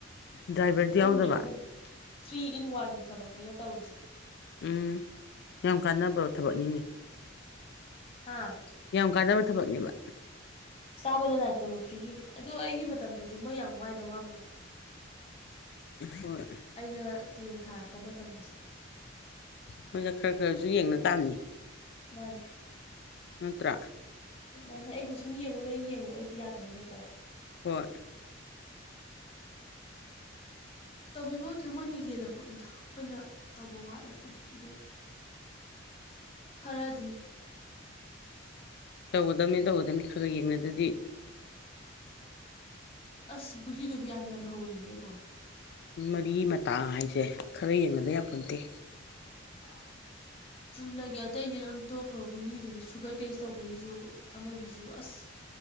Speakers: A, on the left (about 55°); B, on the left (about 30°).
A: ꯗ꯭ꯔꯥꯏꯚꯔꯗꯤ
B: ꯑꯍꯨꯝꯅꯦ
A: ꯌꯥꯎꯗꯕ
B: ꯑꯍꯨꯝ ꯊ꯭ꯔꯤ ꯏꯟ ꯋꯥꯟꯒꯤ ꯊꯕꯛꯅꯦꯩꯅ ꯇꯧꯔꯤꯁꯦ
A: ꯎꯝ ꯌꯥꯝ ꯀꯥꯟꯅꯕ ꯊꯕꯛꯅꯤꯅꯦ
B: ꯍꯥꯥ
A: ꯌꯥꯝ ꯀꯥꯟꯖꯅꯕ ꯊꯕꯛꯅꯦꯕ
B: ꯆꯥꯕꯗ ꯅꯥꯏ ꯇꯣꯂꯣꯞ ꯐ꯭ꯔꯤꯒꯤꯅꯤ ꯑꯗꯨꯗꯣ ꯑꯩꯒꯤ ꯃꯇꯝꯗꯁꯨ ꯃꯣꯏ ꯌꯥꯝ ꯋꯥꯏꯗ ꯋꯥꯕꯕꯨꯗꯤ
A: ꯍꯣꯏ
B: ꯑꯩꯅ ꯇꯦꯟ ꯊꯥꯔꯛꯄ ꯃꯇꯝꯗꯁꯨ
A: ꯃꯣꯏꯁ ꯈꯔ ꯈꯔꯁꯨ ꯌꯦꯡꯅ ꯇꯥꯕꯅꯤ
B: ꯃꯥꯅꯦ
A: ꯅꯠꯇ꯭ꯔ
B: ꯃꯥꯅꯦ ꯑꯩꯒꯤ ꯁꯨꯝ ꯌꯦꯡꯉꯨ ꯅꯣꯏ ꯌꯦꯡꯉꯛꯑꯣꯗꯤ ꯌꯥꯗꯕꯅꯤꯅꯀꯣ
A: ꯍꯣꯏ
B: ꯇꯧꯕꯤꯕꯕꯨꯗꯤ ꯃꯣꯏꯅ ꯍꯦꯜꯂ ꯄꯣꯠꯅꯤꯗ ꯑꯩꯈꯣꯏꯅ ꯇꯧꯕ ꯋꯥꯠꯂ ꯄꯣꯠꯅꯤ ꯑꯗꯨ ꯈꯔꯗꯤ
A: ꯇꯧꯒꯗꯝꯕꯅꯤ ꯇꯧꯒꯗꯝꯕꯅꯤ ꯈꯔ ꯈꯔ ꯌꯦꯡꯅꯗꯗꯤ
B: ꯑꯁ ꯒꯨꯂꯤꯗꯨꯕꯨ ꯌꯥꯝ ꯌꯥꯝ ꯍꯧꯋꯏꯃꯦ ꯏꯕꯣ
A: ꯃꯔꯤ ꯃꯇꯥ ꯍꯥꯏꯁꯦ ꯈꯔ ꯌꯦꯡꯅꯗ ꯌꯥꯄ ꯅꯠꯇꯦ
B: <inaudible> ꯆꯨꯝꯅꯒꯤ ꯑꯇꯩꯗꯤ ꯂꯣꯏ ꯇꯣꯛꯈ꯭ꯔꯣ ꯒꯨꯂꯤꯗꯨꯅꯤ ꯁꯨꯒꯔ ꯇꯦꯁ ꯇꯧꯕꯒꯤꯁꯨ ꯑꯃꯒꯤꯁꯨ ꯑꯁ